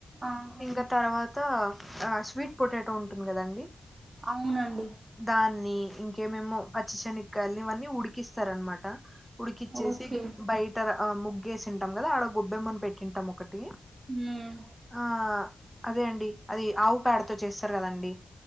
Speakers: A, on the right; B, in the centre.
A: ఆహా
B: ఇంగా తర్వాత ఆ స్వీట్ పొటాటో ఉంటుంది కదండి
A: అవునండి
B: దాన్ని ఇంకే ఏమేమో పచ్చి చేనిక్కాయాలని ఇవన్నీ ఉడికిస్తారనమాట ఉడికిచ్చేసి
A: ఓకే
B: బయట ఆ ముగ్గేసింటాం కదా ఆడ గొబ్బెమ్మని పెట్టింటాం ఒకటి
A: మ్మ్
B: ఆ అదే అండి అది ఆవు పేడతో చేస్తారు కదండి